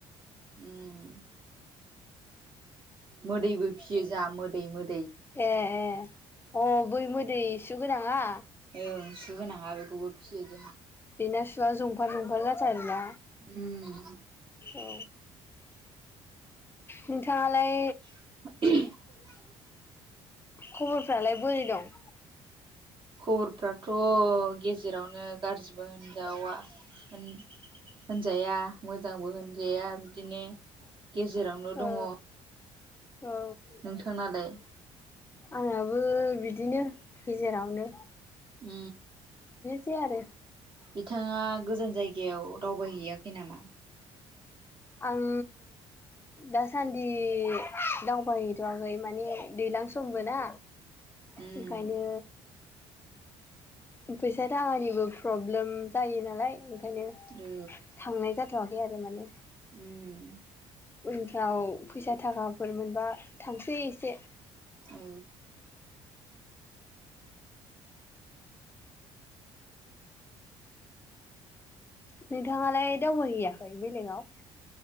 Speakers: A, on the right; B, on the left.
A: उम। मोदैबो फिसियो जा मोदै मोदै।
B: ए ए अ बै मोदै सु गोनाङा?
A: ओं सुगोनाङा बेखौबो फिसियो जोंहा।
B: बेना सुवा जंफार जंफार जाथारो आरोना
A: उम
B: औ नोंथाङालाय
A: <inaudible>
B: खबरफ्रालाय बोरै दं
A: खबरफ्राथ' गेजेरावनो गाज्रिबो होनजावा होनजाया मोजांबो होनजाया बिदिनो गेजेरावनो
B: औ
A: दङ
B: औ
A: नोंथांनालाय
B: आंहाबो बिदिनो गेजेरावनो
A: ओ
B: सेै आरो
A: बिथाङा गोजान जायगायाव दावबायहैयाखै नामा
B: आं दासान्दि दावबायहैथ'आगै माने दै्लां समबो ना
A: उम
B: ओंखायनो फैसा थाखानिबो प्रब्लेम जायो नालाय ओंखायनो
A: औ
B: थांनाय जाथवाखै आरो माने
A: उम
B: उनफ्राव फैसा थाखाफोर मोनबा थांसै एसे
A: औ
B: नोंथाङालाय दावबायहैयाखै बेलेगाव